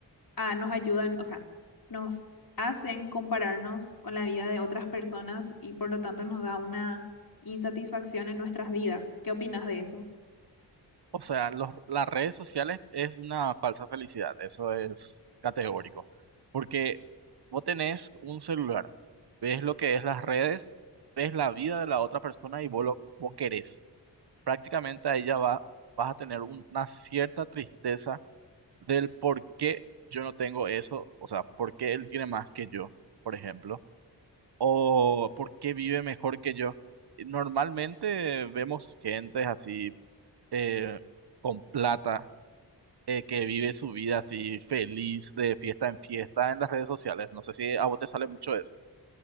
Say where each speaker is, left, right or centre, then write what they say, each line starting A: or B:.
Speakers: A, on the left (about 55°); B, on the right (about 65°).
A: ah, nos ayudan, o sea, nos hacen compararnos con la vida de otras personas y por lo tanto nos da una insatisfacción en nuestras vidas? ¿Qué opinas de eso?
B: O sea, los, las redes sociales es una falsa felicidad, eso es categórico, porque vos tenés un celular, ves lo que es las redes, ves la vida de la otra persona y vos lo vos querés. prácticamente a ella va, vas a tener una cierta tristeza del por qué yo no tengo eso, o sea, por qué él tiene más que yo, por ejemplo, o por qué vive mejor que yo. Normalmente vemos gente así eh, con plata eh, que vive su vida así feliz de fiesta en fiesta en las redes sociales. No sé si a vos te sale mucho eso.